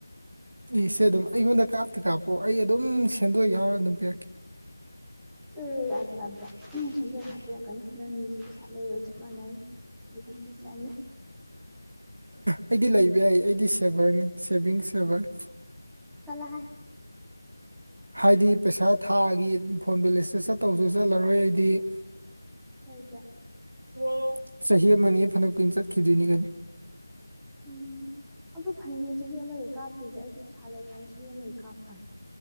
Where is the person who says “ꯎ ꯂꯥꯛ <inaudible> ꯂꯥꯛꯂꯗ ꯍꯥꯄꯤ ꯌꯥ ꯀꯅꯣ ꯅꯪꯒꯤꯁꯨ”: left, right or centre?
Centre